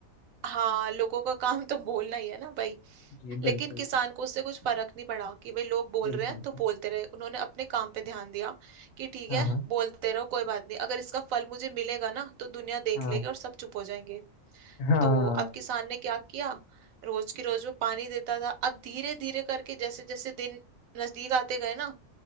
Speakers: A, on the right; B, on the left.
A: हाँ लोगों का काम तो बोलना ही है ना भाई
B: जी
A: लेकिन
B: बिल्कुल
A: किसान को उससे कुछ फर्क नहीं पड़ा कि भाई लोग बोल
B: बिल्कुल
A: रहे हैं तो बोलते रहे उन्होंने अपने काम पे ध्यान दिया कि ठीक
B: हाँ
A: है
B: हाँ
A: बोलते रहो कोई बात नहीं अगर इसका फल मुझे मिलेगा ना तो दुनिया देख
B: हाँ
A: लेगी और सब चुप हो जाएंगे
B: हाँ
A: तो अब किसान ने क्या किया रोज की रोज वो पानी देता था अब धीरे धीरे करके जैसे जैसे दिन नजदीक आते गए ना